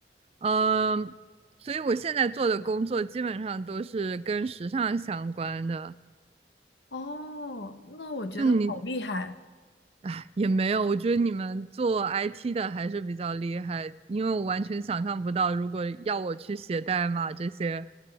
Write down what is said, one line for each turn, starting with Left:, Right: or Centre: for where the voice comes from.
Right: 嗯，所以我现在做的工作基本上都是跟时尚相关的。
Left: 哦，那我觉得好厉害。
Right: 就你，哎，也没有，我觉得你们做 IT 的还是比较厉害，因为我完全想象不到，如果要我去写代码这些